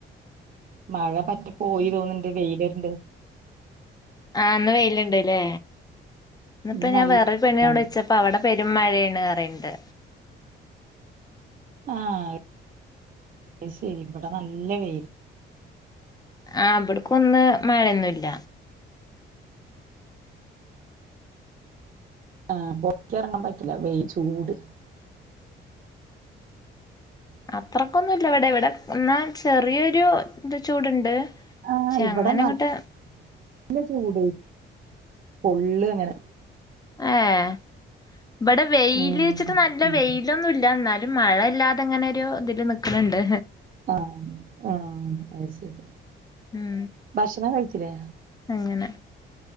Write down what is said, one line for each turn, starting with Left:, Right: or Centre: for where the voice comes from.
Right: മഴ പറ്റ പോയി തോന്ന്ണ്ട് വെയിലര്ണ്ട്
Left: ആഹ് ന്ന് വെയില്ണ്ട്ല്ലേ ഇന്നിപ്പോ
Right: ഇന്ന് നല്ല
Left: ഞാൻ വേറൊരു പെണ്ണിന
Right: ആണ്
Left: വിളിചപ്പോ പ്പവിടെ പെരും മഴയാണ്റയണ്ട്
Right: ആഹ് അയ്ശരി ഇവിടെ നല്ല വെയിൽ
Left: ആഹ് ഇബട്ക്ക് ഒന്ന് മഴൊന്നുല്ല
Right: ആഹ് പൊറക്കെ ഇറങ്ങാൻ പറ്റില്ല വേ ചൂട്
Left: അത്രക്കൊന്നുല്ല ഇവിടെ ഇവിടെ എന്നാ ചെറിയൊരു ഇത് ചൂടുണ്ട് പക്ഷെ
Right: ആഹ് ഇവിടെ
Left: അങ്ങനെങ്ങട്ട്
Right: നല്ല ചൂട് പൊള്ളങ്ങനെ
Left: ഏഹ് ഇവിടെ വെയിൽ
Right: ഉം
Left: ച്ചിട്ട് നല്ല വെയ്ൽ ഇതിലൊന്നുംല്ല ന്നാലും മഴ ഇല്ലാതെ ങ്ങനൊരു ഇതില് നിക്ക്ണണ്ട്
Right: ആഹ് ആഹ് അയ് ശരി
Left: ഉം
Right: ഭക്ഷണം കഴിച്ചിലെ
Left: അങ്ങനെ